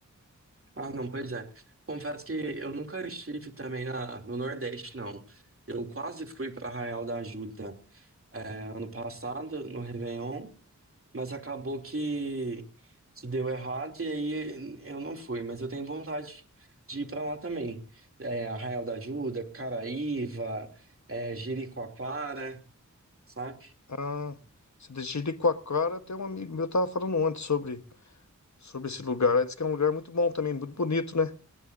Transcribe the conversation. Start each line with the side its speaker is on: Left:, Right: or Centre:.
Right: Ah, não, pois é. Confesso que eu nunca estive também na, no Nordeste, não. Eu quase fui para Arraial da Ajuda é, ano passado, no Réveillon, mas acabou que se deu errado e aí eu não fui. Mas eu tenho vontade de ir para lá também. É, Arraial da Ajuda, Caraíva, é, Jericoacoara, sabe?
Left: Ah, se deixar de Coacora, tem um amigo meu tava falando ontem sobre, sobre esse lugar. Ele disse que é um lugar muito bom também, muito bonito, né?